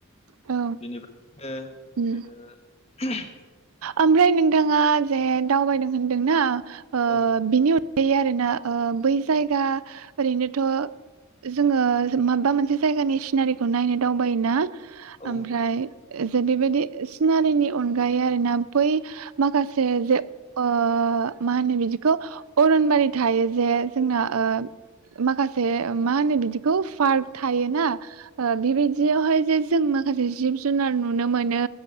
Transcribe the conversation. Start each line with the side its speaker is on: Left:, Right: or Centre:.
Right: औ
Left: बेनिफ्राय
Right: उम
Left: ओ ओ <unintelligible>
Right: ओमफ्राय नोंथांङा जे दावबायदों होनदों ना ओ
Left: औ
Right: बिनि उन बे आरो ना। ओ बै
Left: औ
Right: जायगा ओरैनोथ' जोंङो माबा मोनसे जायगानि सिनारिखौ नायनो दावबायोना
Left: औ
Right: आमफ्राय जेरैबायदि सिनारिनि अनगा अनगायै आरोना बै माखासे जे ओ मा होनो बादिखौ अरन बारि थायो। जे जोंना ओ माखासे मा होनो बिदिखौ पार्क थायोना। ओ बिब्बादियावहाय जे जों माखासे जिब जुनार नुनो मोनो